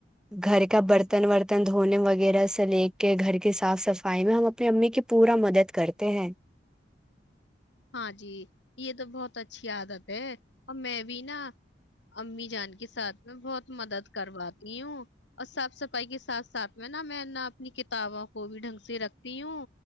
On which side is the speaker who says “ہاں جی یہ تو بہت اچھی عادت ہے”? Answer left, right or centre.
Left